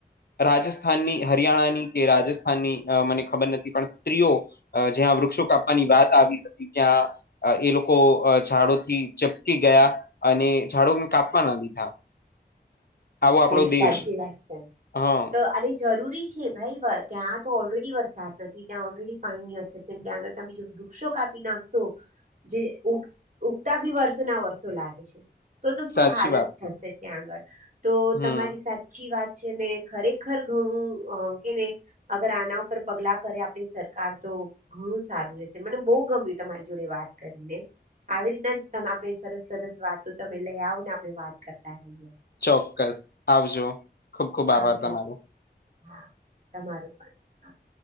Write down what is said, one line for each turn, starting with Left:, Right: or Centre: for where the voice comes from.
Left: રાજસ્થાનની હરિયાણાની કે રાજસ્થાનની મને ખબર નથી પણ સ્ત્રીઓ જ્યાં વૃક્ષો કાપવાની વાત આવી ત્યાં એ લોકો ઝાડોથી ચપકી ગયા અને ઝાડો કાપવા ના દીધા આવો આપણો
Right: એ
Left: દેશ
Right: સાચી વાત છે,
Left: હા
Right: તો અને જરૂરી છે ભાઈ ત્યાં તો ઓલરેડી વરસાદ નથી ત્યાં ઓલરેડી પાણીની અછત છે ને ત્યાના તમે જો વૃક્ષો કાપી નાખશો જે ઉગતા બી વર્ષો ના વર્ષો લાગે છે. તો તો શું
Left: સાચી
Right: હાલત
Left: વાત
Right: થશે ત્યાં આગળ તો
Left: હમ
Right: તમારી સાથ સાચી વાત છે ને ખરેખર ઘણું અ કેને અગર આના ઉપર પગલા કરે આપણી સરકાર તો ઘણું સારું રહેશે મને બો ગમ્યું તમારી જોડે વાત કરીને આવી રીતના જ તમે આપણે સરસ સરસ વાતો તમે લઈ આવ ને આપણે વાત કરતા રહીએ
Left: ચોક્કસ આવજો ખુબ ખુબ આભાર
Right: આવજો
Left: તમારો
Right: હા તમારું પણ